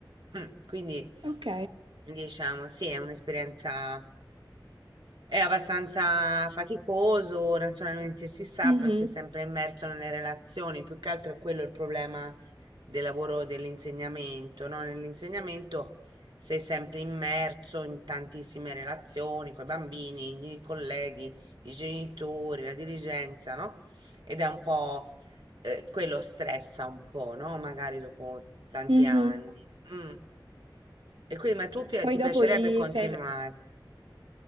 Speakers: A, on the right; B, on the right.
A: Mm, Quindi
B: ok.
A: diciamo, sì, è un'esperienza. È abbastanza faticoso, naturalmente si sa,
B: Mhm,
A: poi si è sempre immerso nelle relazioni, più che altro è quello il problema del lavoro dell'insegnamento, no? Nell'insegnamento sei sempre immerso in tantissime relazioni con i bambini, i colleghi, i genitori, la dirigenza, no? Ed è un po' eh, quello stressa un po', no? Magari dopo tanti
B: mhm.
A: anni. Mm. E quindi, ma tu pi-
B: Poi
A: ti piacerebbe
B: dopo i,
A: continuare?
B: cioè,